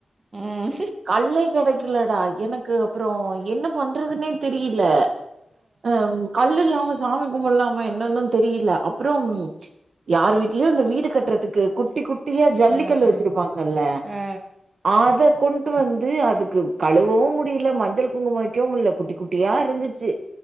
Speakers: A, on the right (about 35°); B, on the right (about 65°).
A: ம்.
B: கல்லே கெடைக்கலடா எனக்கு அப்புறோ என்ன பண்றதுன்னே தெரியில ஆ கல்லு இல்லாம சாமி கும்புட்லாமா என்னன்னு தெரியில அப்றம் யார் வீட்லயோ அந்த வீடு கட்டுற த்துக்கு குட்டி குட்டியா ஜல்லிக்கல்லு
A: ஆ, ஆ. ஆ, ஆ.
B: வச்சிருப்பாங்கல்ல
A: ஆ, ஆ,
B: அத கொண்டு வந்து அதுக்கு கழுவவு முடியல மஞ்சள் குங்கும வக்கவு முட்ல குட்டி குட் டியா இருந்துச்சு